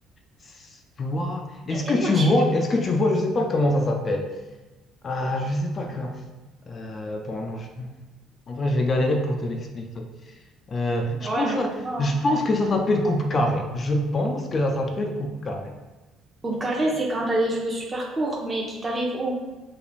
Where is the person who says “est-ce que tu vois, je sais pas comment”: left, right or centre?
Left